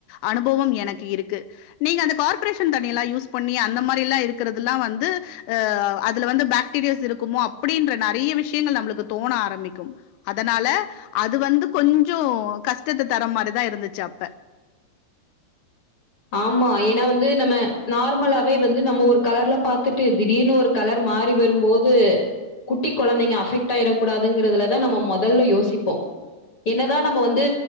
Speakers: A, on the left; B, on the left.
A: அனுபவம் எனக்கு இருக்கு நீங்க அந்த கார்ப்பரேஷன் தண்ணியல்லா யூஸ் பண்ணி அந்த மாரிலா இருக்குறதுல்லா வந்து ஆ அதுல வந்து பாக்டீரியாஸ் இருக்குமோ அப்டின்ற நெறைய விஷயங்கள் நம்மளுக்கு தோண ஆரம்பிக்கு அதனால அது வந்து கொஞ்சோ கஷ்டத்த தர மாரிதா இருந்துச்சு அப்ப
B: ஆமா ஏன்னா வந்து நம்ம நார்மலாவே வந்து நம்ம ஒரு கலர்ல பாத்துட்டு திடீர்னு ஒரு கலர் மாறி வரும்போது குட்டி கொழந்தைங்க அஃபெக்ட் ஆயிறக் கூடாதுங்கறதுலதா நம்ம மொதல்ல யோசிப்போ என்னதா நம்ம வந்து